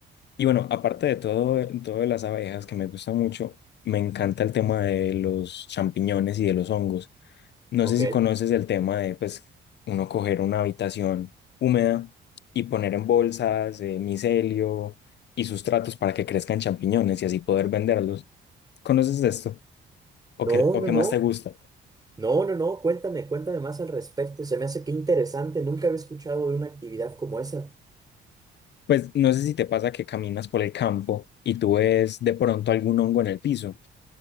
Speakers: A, on the left (about 60°); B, on the right (about 20°).
A: Y bueno, aparte de todo, todo de las abejas que me gusta mucho, me encanta el tema de los champiñones y de los hongos. No
B: Ok.
A: sé si conoces el tema de, pues, uno coger una habitación húmeda y poner en bolsas eh, micelio y sustratos para que crezcan champiñones y así poder venderlos. ¿Conoces de esto? ¿O
B: No,
A: qué, o
B: no,
A: qué
B: no.
A: más te gusta?
B: No, no, no. Cuéntame, cuéntame más al respecto. Se me hace que interesante. Nunca había escuchado de una actividad como esa.
A: Pues no sé si te pasa que caminas por el campo y tú ves de pronto algún hongo en el piso.